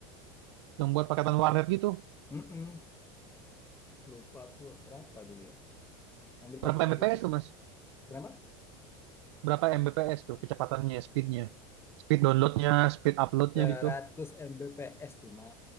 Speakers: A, on the right (about 75°); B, on the left (about 15°).
A: Yang buat paketan warnet gitu.
B: Mm-mm. Lupa aku berapa dulu ya. Ambil
A: Berapa
B: paket
A: Mbps
B: gitu.
A: tuh, Mas?
B: Kenapa?
A: Berapa Mbps tuh kecepatannya, speednya? Speed downloadnya, speed uploadnya
B: seratus
A: gitu.
B: Mbps cuma.